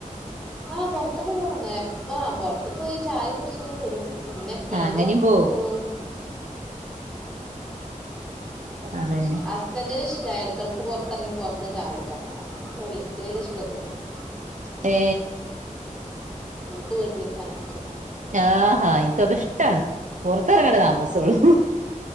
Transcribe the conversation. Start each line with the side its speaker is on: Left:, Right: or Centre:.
Centre: ആഹ് പൊറത്തൊക്കെ പോവും എപ്പ പൊറത്ത് പോയി ചായ കുടിച്ചങ്ങനെ പോരും എപ്പോയെങ്കിലൊക്കെ
Right: ആഹ് അങ്ങനിം
Centre: ണ്ടെങ്കി
Right: പോവും
Centre: ടൂർപോവും
Right: അതെ
Centre: ഹസ്ബൻഡറിന് ഇഷ്ടാ ഇടക്കെടക്ക് പൊറത്തിറങ്ങി പൊറത്തിന്ന് ചായ കുടിക്കാൻ അപ്പൊ അങ്ങനെ പോയി എനിക്ക് വല്യ ഇഷ്ട്ടോന്നുല്ല <inaudible>
Right: ഏ
Centre: എനിക്ക് വീട്ടില്ക്കാനാഷ്ടം
Right: ആഹാ ഇൻക്കൊക്കെഷ്ടാണ് പൊറത്തറങ്ങണ്ട താമസുള്ളു